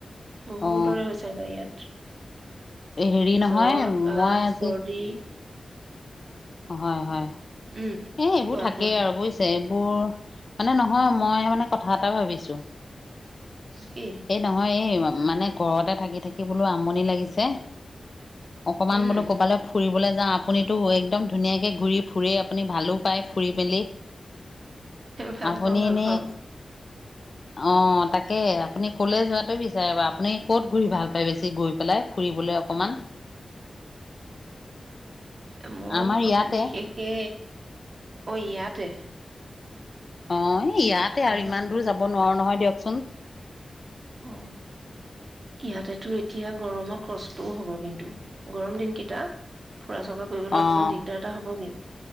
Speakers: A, on the right; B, on the left.
A: বহুতৰে
B: অ
A: হৈছে আমাৰ ইয়াত।
B: হেৰি
A: জ্বৰ,
B: নহয়
A: কাহ,
B: মই আজি
A: চৰ্দি
B: হয় হয়
A: উম।
B: এ এইবোৰ
A: কোৱা
B: থাকে
A: কোৱা।
B: আৰু বুজছো এইবোৰ মানে নহয় মই মানে কথা এটা ভাবিছো
A: কি?
B: এই নহয় মানে ঘৰতে থাকি থাকিব বোলো আমনি লাগিছে অকমান
A: উম
B: বোলো কবালে ফুৰিবলৈ যা আপুনিতো একদম ধুনীয়াকে ঘূৰি ফুৰেই আপুনি ভালো পায় পুৰী মেলি
A: ভাল
B: আপুনি
A: পাওঁ ভাল
B: এনেই
A: পাওঁ
B: আহ তাকে আপুনি কলে যোৱাটোৱে বিচাৰে বাৰু আপুনি কত ঘূৰিৱ ভাল পায় বেছি গৈ পেলাই ফুৰিবলৈ অকমান।
A: এ মই
B: আমাৰ ইয়াতে
A: বিশেষকে ঐ ইয়াতে
B: অ ইয়াতে
A: আমাৰ
B: আৰু ইমান দূৰ
A: অ
B: যাব নোৱাৰো নহয় দিয়ক চোন
A: অ ইয়াতেতো এতিয়া গৰমত কষ্টও হব কিন্তু গৰম দিনকেইটা। ফুৰা চকা কৰিবলৈ
B: অঁ
A: অকণমান দিগদাৰ এটা হ'বগৈ। উ